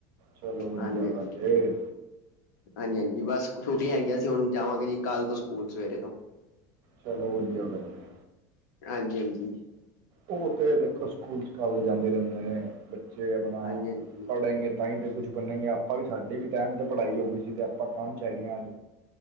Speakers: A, on the right; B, on the left.
A: ਚਲੋ ਵਧੀਆ
B: ਹਾਂਜੀ ਹਾਂਜੀ
A: ਗਲ ਏ
B: ਹਾਂਜੀ, ਹਾਂਜੀ ਬਸ ਕੁ ਛੁਟੀਆਂ ਹੈਗੀਆਂ ਸੀ ਹੁਣ ਜਾਵਾਂਗੇ ਜੀ ਕੱਲ੍ਹ ਤੋਂ ਸਕੂਲ ਸਵੇਰੇ ਤੋਂ
A: ਚਲੋ ਵਧੀਆ ਗਲ ਹੈ
B: ਹਾਂਜੀ, ਹਾਂਜੀ
A: ਉਹ ਤੇ ਦੇਖੋ ਸਕੂਲ ਸਕਾਲ ਤੇ ਜਾਂਦੇ ਰਹਿੰਦੇ ਨੇ ਬੱਚੇ ਆਪਣਾ
B: ਹਾਂਜੀ ਹਾਂਜੀ
A: ਪੜੇਂਗੇ ਤਾਂ ਹੀ ਤੇ ਕੁਛ ਬਣਨਗੇ ਆਪਾਂ ਵੀ ਸਾਡੀ ਵੀ ਟੈਮ ਤੇ ਪੜਾਈ ਹੋ ਗਈ ਸੀ ਤੇ ਆਪਾਂ ਕੰਮ ਚ ਹੈਗੇ ਹਾਂ ਅੱਜ